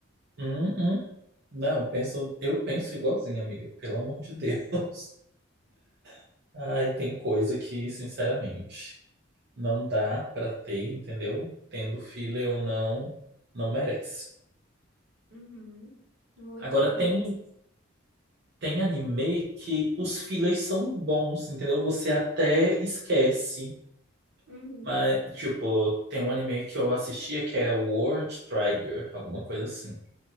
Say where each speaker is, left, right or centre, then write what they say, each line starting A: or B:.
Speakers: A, on the right; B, on the right.
A: Uhum. Não, penso, eu penso igualzinho, amiga. Pelo amor de Deus. <laughs> Ai, tem coisa que, sinceramente, não dá pra ter, entendeu? Tendo filler ou não, não merece.
B: Uhum. Muito,
A: Agora
B: muito.
A: tem Tem anime que os fillers são bons, entendeu? Você até esquece.
B: Uhum.
A: Mas, tipo, tem um anime que eu assistia que é World Trigger, alguma coisa assim.